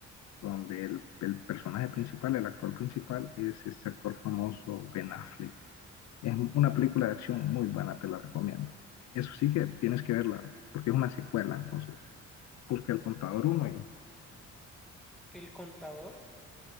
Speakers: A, on the left; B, in the centre.
A: donde el, el personaje principal, el actor principal, es este actor famoso Ben Affleck. Es una película de acción muy buena, te la recomiendo. Eso sí que tienes que verla, porque es una secuela, entonces busca El
B: Ok.
A: Contador 1
B: El contador.